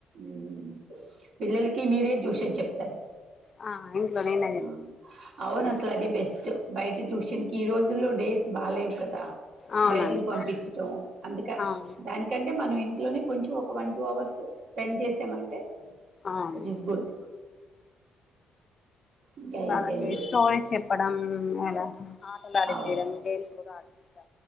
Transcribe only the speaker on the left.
ఆ ఇంట్లో నేనే
చేసుకుంటాను
అవునండి
అవును
అవును
వాళ్ళకి
స్టోరీస్ చెప్పడం అలా ఆటలు ఆడిపీయడం
గేమ్స్ కూడా ఆపిస్తా